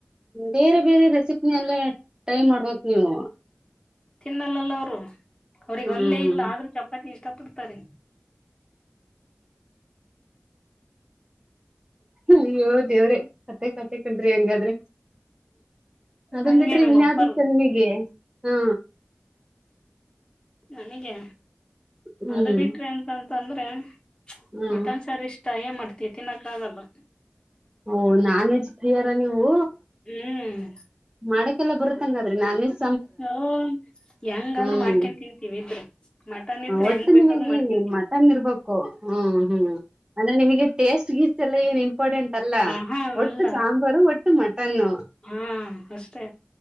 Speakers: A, on the right; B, on the left.
A: ಬೇರೆ ಬೇರೆ ರೆಸಿಪಿನೆಲ್ಲ ಟ್ರೈ ಮಾಡ್ಬೇಕು ನೀವು
B: ತಿನ್ನಲ್ಲಲ್ಲ ಅವ್ರು ಅವ್ರಿಗೆ
A: ಹ್ಮ್
B: ಅಲ್ಲೇ ಇಲ್ಲ ಆದ್ರೂ ಚಪಾತಿ ಇಷ್ಟ ಪಡ್ತಾರೆ
A: ಅಯ್ಯೋ ದೇವ್ರೆ ಕತೆೆ ಕತೆೆ ಕಂಡ್ರಿ ಹೆಂಗಾದ್ರೆ ಅದನ್
B: ಹಂಗೆ
A: ಬಿಟ್ರೆ
B: ನಮ್ಮ
A: ಇನ್ಯಾವ್ದ್
B: ಅಪ್ಪಾರ
A: ಇಷ್ಟ ನಿಮಿಗೆ ಹಾ
B: ನನಗೆ
A: ಹ್ಮ್
B: ಅದು ಬಿಟ್ರಿ ಅಂತ್ ಅಂತಂದ್ರೆ
A: ಹ್ಮ್
B: ಮಟನ್ ಸಾರ್ ಇಷ್ಟ ಏನ್ ಮಾಡ್ತಿ ತಿನ್ನಕ್ ಆಗಲ್ಲ
A: ಓ ನಾನ್ವೆಜ್ ಪ್ರಿಯರ ನೀವು
B: ಹ್ಮ್
A: ಮಾಡಕೆಲ್ಲ ಬರುತ್ ಅಂಗಾದ್ರೆ ನಾನ್ವೆಜ್
B: ಒ ಹೆಂಗಾದ್ರು
A: ಹ್ಮ್
B: ಮಾಡ್ಕೆನ್ಇದ್ರ್ ತಿಂತೀವಿ ಇದ್ರೆ ಮಟನ್ ಇದ್ರೆ
A: ಒಟ್ಟು
B: ಹೆಂಗ್ ಬೇಕಾದ್ರು
A: ನಿಮಗೆ
B: ಮಾಡ್ಕ
A: ಮಟನ್ ಇರ್ಬೇಕು ಹ್ಮ ಹ್ಮ್ ಅಂದ್ರೆ ನಿಮಿಗೆ ಟೇಸ್ಟ್ ಎಲ್ಲ ಏನ್ ಇಂಪಾರ್ಟೆಂಟ್ ಅಲ್ಲ
B: ಹ ಹಾ
A: ಒಟ್ಟು
B: ಅಲ್ಲ
A: ಸಾಂಬಾರು ಒಟ್ಟು ಮಟನ್ನು
B: ಹಾ ಅಷ್ಟೇ